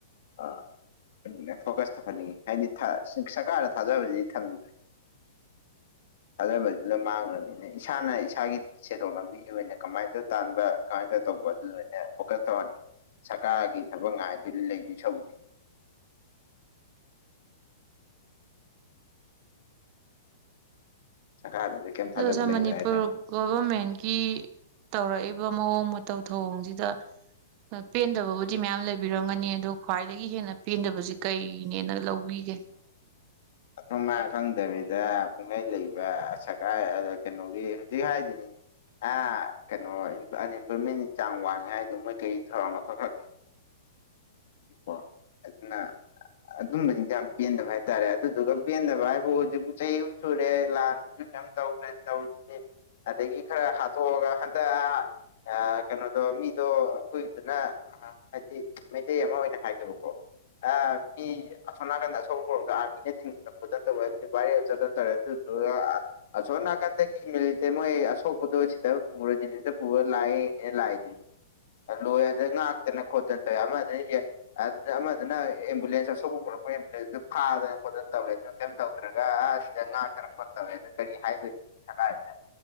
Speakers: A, on the left (about 60°); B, on the right (about 35°).
A: ꯑꯥ ꯐꯣꯀꯁ ꯇꯧꯍꯟꯅꯤꯡꯉꯤ ꯍꯥꯏꯗꯤ ꯊꯥ ꯁꯔꯀꯥꯔꯗ ꯊꯥꯖꯕꯁꯤꯗꯤ ꯊꯝꯗ꯭ꯔꯦ ꯊꯥꯖꯕꯗꯨꯅ ꯃꯥꯡꯈ꯭ꯔꯕꯅꯤꯅ ꯏꯁꯥꯅ ꯏꯁꯥꯒꯤ ꯁꯦꯟꯊꯣꯛ ꯂꯝꯕꯤꯒꯤ ꯑꯣꯏꯅ ꯀꯃꯥꯏꯅ ꯑꯗꯨ ꯇꯥꯟꯕ ꯀꯃꯥꯏ ꯇꯧ ꯇꯧꯕ ꯑꯗꯨ ꯂꯣꯏꯅ ꯐꯣꯀꯁ ꯇꯧꯍꯟꯅꯤꯡꯉꯤ ꯁꯔꯀꯥꯔꯒꯤ ꯊꯕꯛ ꯉꯥꯏꯗꯣꯏ ꯂꯩꯗꯣꯏ ꯁꯧꯕꯨꯗꯤ ꯁꯔꯀꯥꯔꯗꯗꯤ ꯀꯩꯝ
B: ꯑꯗꯣ
A: ꯊꯥꯖꯕ
B: ꯁꯥꯔ
A: ꯂꯩꯇ꯭ꯔꯦ
B: ꯃꯅꯤꯄꯨꯔ
A: ꯍꯥꯏꯇꯥꯔꯦ
B: ꯒꯣꯚꯔꯃꯦꯟꯒꯤ ꯇꯧꯔꯛꯏꯕ ꯃꯑꯣꯡ ꯃꯇꯧ ꯊꯧꯑꯣꯡꯁꯤꯗ ꯍꯣꯏ ꯄꯦꯟꯗꯕꯕꯨꯗꯤ ꯃꯌꯥꯝ ꯂꯩꯕꯤꯔꯝꯒꯅꯤ ꯑꯗꯣ ꯈ꯭ꯋꯥꯏꯗꯒꯤ ꯍꯦꯟꯅ ꯄꯦꯟꯗꯕꯁꯤ ꯀꯩꯅꯦꯅ ꯂꯧꯕꯤꯒꯦ
A: ꯃꯊꯣꯡ ꯃꯥꯔꯥꯡ ꯈꯪꯗꯕꯤꯗ ꯄꯨꯡꯂꯩ ꯂꯩꯕ ꯁꯔꯀꯥꯔꯒ ꯑꯗꯣ ꯀꯩꯅꯣꯒꯤ ꯍꯧꯖꯤꯛ ꯍꯥꯏꯗꯨꯅꯤꯅꯦ ꯑ ꯀꯩꯅꯣ ꯑꯟꯏꯦꯝꯄ꯭ꯂꯣꯏꯃꯦꯟꯗꯤ ꯆꯥꯡ ꯋꯥꯡꯉꯦ ꯍꯥꯏꯗꯣ ꯃꯣꯏ ꯀꯔꯤ ꯊꯧꯔꯥꯡ ꯂꯧꯈꯠꯈ꯭ꯔꯒꯦ꯫ <unintelligible> ꯑꯗꯨꯅ ꯑꯗꯨꯝꯕꯁꯤꯡꯁꯦ ꯌꯥꯝ ꯄꯦꯟꯗꯕ ꯍꯥꯏꯇꯥꯔꯦ ꯑꯗꯨꯗꯨꯒ ꯄꯦꯟꯗꯕ ꯍꯥꯏꯕꯨ ꯍꯧꯖꯤꯛꯄ ꯆꯍꯤꯒꯨꯝ ꯁꯨꯔꯦ ꯂꯥꯟꯁꯨ <unintelligible> ꯇꯧꯔꯤꯁꯤꯅꯦ ꯑꯗꯒꯤ ꯈꯔ ꯍꯥꯠꯇꯣꯛꯑꯒ ꯍꯟꯗꯛ ꯑ ꯀꯩꯅꯣꯗꯣ ꯃꯤꯗꯣ ꯑꯩꯈꯣꯏꯒꯤꯗꯅ ꯍꯥꯏꯗꯤ ꯃꯩꯇꯩ ꯑꯃ ꯑꯣꯏꯅ ꯍꯥꯏꯒꯦꯕꯀꯣ꯫ ꯃꯤ ꯑꯁꯣꯝ ꯅꯥꯀꯟꯗ ꯑꯁꯧꯕ ꯄꯣꯔꯗ ꯑꯥꯔꯃꯤꯅ ꯊꯤꯡꯗꯅ ꯈꯣꯠꯇꯅ ꯇꯧꯋꯦ ꯑꯗꯨꯗꯤ ꯚꯥꯏꯔꯦꯜ ꯆꯠꯇꯅ ꯇꯧꯔꯦ ꯑꯗꯨ <unintelligible> ꯑꯁꯣꯝ ꯅꯥꯀꯟꯗꯒꯤ ꯃꯤꯂꯤꯇꯦ ꯃꯣꯏ ꯑꯁꯣꯛꯄꯗꯣ ꯁꯤꯗ ꯄꯨꯔꯁꯤꯁꯤꯗ ꯄꯨꯔ ꯂꯥꯛꯑꯦꯅꯦ ꯂꯥꯛꯏꯗꯨꯅꯤ꯫ ꯂꯣꯏ ꯑꯗ ꯉꯥꯛꯇꯅ ꯈꯣꯠꯇꯅ ꯇꯧ ꯑꯃꯗꯅ ꯑꯗꯨꯅ ꯑꯃꯗꯨꯅ ꯑꯦꯝꯕꯨꯂꯦꯟꯁ ꯑꯁꯧꯕ ꯄꯨꯔꯛꯄꯦꯝꯕꯨꯂꯦꯟꯁꯗꯨꯨ ꯐꯥꯗꯅ ꯈꯣꯠꯇꯅ ꯇꯧꯋꯦ ꯑꯗꯨ ꯀꯩꯝ ꯇꯧꯗ꯭ꯔꯒ ꯑꯁꯤꯗ ꯉꯥꯛꯇꯅ ꯈꯣꯠꯇꯧꯋꯦ ꯑꯗꯨ ꯀꯔꯤ ꯍꯥꯏꯕꯅꯤꯅꯣ ꯁꯒꯥꯏꯁꯤꯗ꯫